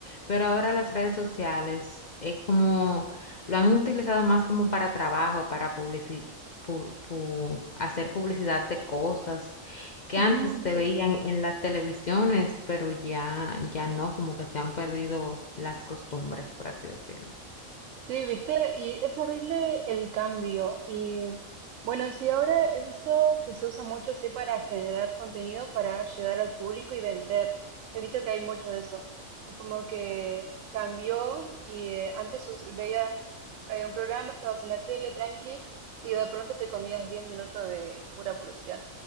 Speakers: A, on the left; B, on the right.
A: Pero ahora las redes sociales es como lo han utilizado más como para trabajo, para publici- pu- pu- hacer publicidad de cosas que
B: Ujú,
A: antes se
B: sí,
A: veían en las televisiones, pero ya, ya no, como que se han perdido las costumbres, por así decirlo.
B: sí, viste, y es horrible el cambio. Y bueno, sí, ahora he visto que se usa mucho, sí, para generar contenido, para llegar al público y vender. He visto que hay mucho de eso. Es como que cambió y eh, antes us- veías eh, un programa, estabas en la tele tranqui y de pronto te comías 10 minutos de pura publicidad.